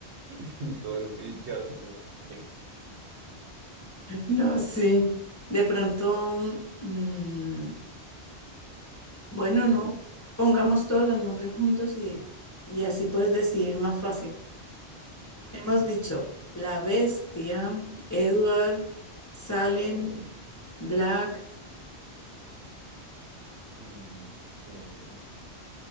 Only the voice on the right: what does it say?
<laughs> Y todo, el- y queda así como, ¿qué?
A
ok,
vale.
Mm, ¿qué otro?